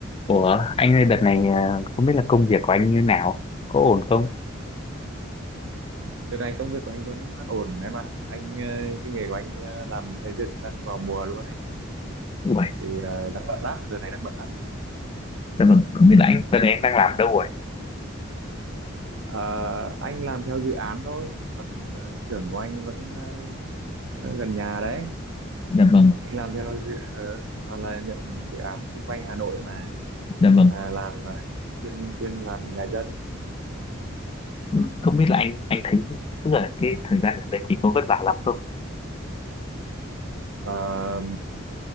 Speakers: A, on the left; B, on the right.
A: Ủa, anh ơi đợt này à, không biết là công việc của anh như nào, có ổn không?
B: Đợt này công việc của anh vẫn ổn em ạ. Anh ờ, cái nghề của anh ờ, làm xây dựng đang vào mùa luôn ấy.
A: Ủa,
B: Thì ờ, đang bận lắm, đợt này đang bận lắm.
A: dạ vâng, không biết là anh, Đợt này anh đang làm đâu rồi?
B: Ờ, anh làm theo dự án thôi, còn ờ, xưởng của anh vẫn ờ, ờ, gần nhà đấy.
A: dạ vâng,
B: Anh làm theo dự ờ, toàn là nhận dự án xung quanh Hà Nội mà.
A: dạ vâng,
B: À, làm ờ, chuyên chuyên làm nhà dân.
A: Ừ, Không biết là anh anh thấy tức là cái thời gian gần đây thì có vất vả lắm không?
B: Ờ,